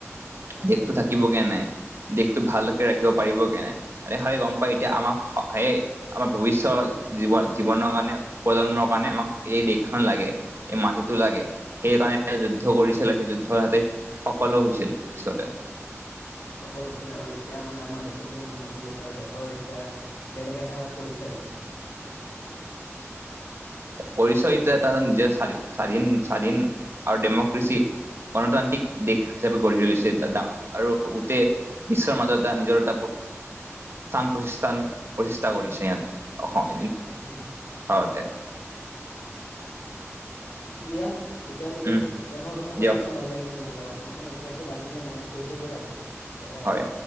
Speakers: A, on the left; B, on the right.
A: তাকেইটো
B: দেশতো থাকিবগে নাই। দেশটো ভালকে ৰাখিব পাৰিবগে নাই এনেহাৰে গম পায় এতিয়া আমাক হে আমাৰ ভৱিষ্যত। জীৱন জীৱনৰ কাৰণে প্ৰজন্মৰ কাৰণে আমাক। এই দেশখন লাগে এই মাটিতো লাগে সেইকাৰণে তেওঁ যুদ্ধ কৰিছিলে সেই যুদ্ধ হেতে। সফলো হৈছিল পিছলে।
A: সফল হৈছিল আৰু এতিয়া মানে আমাৰ দেশে কিমান উন্নতি কৰিছে আৰু দেশৰ এতিয়া বেলেগ এটা পৰিচয় আছে।। <unintelligible>
B: পৰিচয় হেতো এটা নিজৰ স্বাধীন স্বাধীন আৰু ডেমক্ৰেচি। গণতান্ত্ৰিক দেশ হিচাপে গঢ়ি তুলিছে এটা এটা আৰু গোটেই বিশ্বৰ মাজত এটা নিজৰ এটা।
A: । <unintelligible>
B: স্থান প্ৰতিষ্ঠান প্ৰতিষ্ঠা কৰিছে ইয়াত অসম।
A: তাকে।
B: অ দেয়া।
A: দিয়া ঠিক আছে দিয়া
B: উম
A: ইতিহাসৰ কথা পাতি
B: দিয়ক
A: কিনে ভাল লাগিলে তোমাৰ লগত। মানে ইতিসাহটো মাজে মাজে মনত পৰি থাকিব লাগে সেয়াই আৰু।
B: হয়